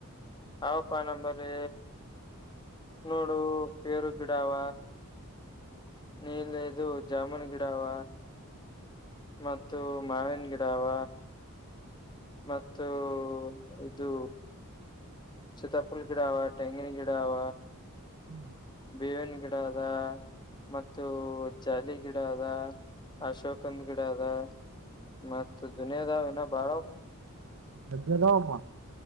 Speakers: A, on the left; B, on the right.
A: ಅವಪ್ಪ ನಂಬಲ್ಲಿ ನೋಡು ಪೇರು ಗಿಡಾವ ನೀಲ್ಲ ಇದು ಜಾಮೂನ ಗಿಡವ ಮತ್ತು ಮಾವಿನ ಗಿಡವ ಮತ್ತು ಇದು ಸೀತಾಫುಲ್ ಗಿಡಾವ ಟೇಂಗಿನಿ ಕಿಡಾವ
B: ಹ್ಮ್
A: ಬೇವಿನ ಗಿಡ ಅದ ಮತ್ತು ಜಾಲಿ ಗಿಡ ಅದ ಅಶೋಕ್ದ್ ಗಿಡ ಅದ ಮತ್ತದು ದಾವ ಇನ ಬಾಳಾವ
B: ಮ ನಮ್ಮ